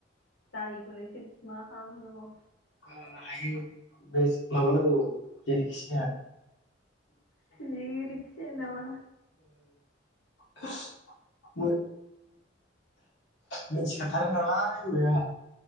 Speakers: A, on the left (about 80°); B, on the left (about 70°).
A: जायैखौलाय सोर मा खालामनो हानांगौ।
B: उम हायो बे माबानांगौ जेरैखिजाया।
A: जेरैखि जाया नामा
B: <unintelligible> मिनथिखाथारो नालाय फैबाय आंहा।